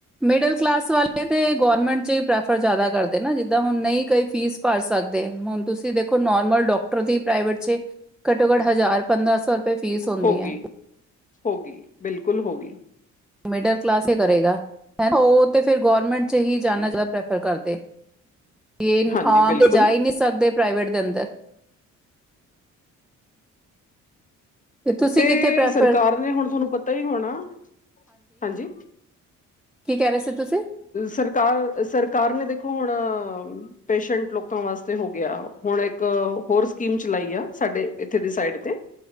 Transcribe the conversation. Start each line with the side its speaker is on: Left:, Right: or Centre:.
Centre: ਮਿਡਲ ਕਲਾਸ ਵਾਲੇ ਤੇ ਗੌਰਰਮੈਂਟ 'ਚ ਹੀ ਪ੍ਰੈਫਰ ਜ਼ਿਆਦਾ ਕਰਦੇ ਨਾ, ਜਿੱਦਾਂ ਹੁਣ ਨਹੀਂ ਕਈ ਫੀਸ- ਭਰ ਸਕਦੇ, ਹੁਣ ਤੁਸੀਂ ਦੇਖੋ ਨੋਰਮਲ ਡੋਕਟਰ ਦੀ ਪ੍ਰਾਈਵੇਟ 'ਚ- ਘੱਟੋ- ਘੱਟ ਹਜ਼ਾਰ ਪੰਦਰਾਂ ਸੌ- ਰੁਪਏ ਫੀਸ ਹੁੰਦੀ
Left: ਹੋ
Centre: ਹੈ
Left: ਗਈ, ਹੋ ਗਈ, ਬਿਲਕੁਲ ਹੋ ਗਈ-
Centre: ਮਿਡਲ ਕਲਾਸ ਕਿਆ ਕਰੇਗਾ- ਉਹ ਤੇ ਫੇਰ ਗਰਮੈਂਟ 'ਚ ਹੀ ਜਾਣਾ ਜਾਦਾ ਪ੍ਰੈਫਰ ਕਰਦੇ- ਇਹ
Left: ਹਾਂਜੀ
Centre: ਆਮ
Left: ਬਿਲਕੁਲ
Centre: ਤੇ ਜਾ ਹੀ ਨਹੀਂ ਸਕਦੇ ਪ੍ਰਾਈਵੇਟ ਦੇ ਅੰਦਰ- ਤੇ ਤੁਸੀਂ
Left: ਤੇ
Centre: ਕਿੱਥੇ ਪ੍ਰੈਫਰ
Left: ਸਰਕਾਰ ਨੇ ਹੁਣ ਤੁਹਾਨੂੰ ਪਤਾ ਹੀ ਹੋਣਾ, ਹਾਂਜੀ-
Centre: ਕੀ ਕਹਿ ਰਹੇ ਸੀ ਤੁਸੀਂ-
Left: ਸਰਕਾਰ, ਸਰਕਾਰ ਨੇ ਦੇਖੋ ਹੁਣ- ਪੇਸ਼ੰਟ ਲੋਕਾਂ ਵਾਸਤੇ ਹੋ ਗਿਆ ਹੁਣ ਇੱਕ ਹੋਰ ਸਕੀਮ ਚਲਾਈ ਆ, ਸਾਡੇ ਇੱਥੇ ਦੀ ਸਾਈਡ ਤੇ- <inaudible>